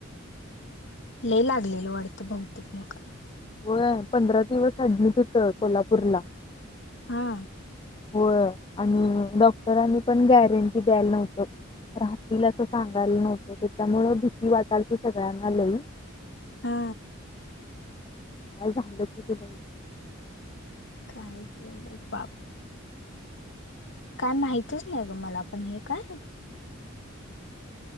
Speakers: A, on the left; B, on the left.
A: लय लागलेल वाढतं बहुतेक मोठ.
B: हो पंधरा दिवस अऍडमिट होत कोल्हापूरला
A: हा.
B: हो आणि डॉक्टरांनी पण गॅरंटी द्यायला नव्हत राहतील असं सांगायला नव्हतं त्याच्यामुळ भीती वाटालची सगळ्यांना लई.
A: हा.
B: <unintelligible>
A: काय ग बई पाप. काय माहितच नाही ग मला पण हे काय